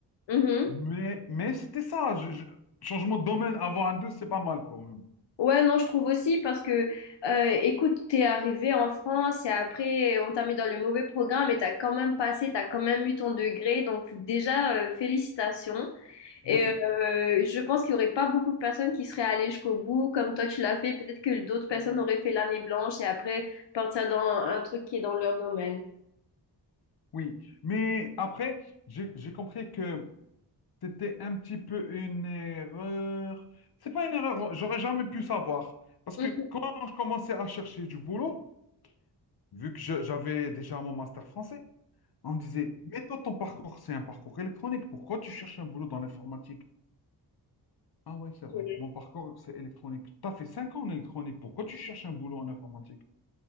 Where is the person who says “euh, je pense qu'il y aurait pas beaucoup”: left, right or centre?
Left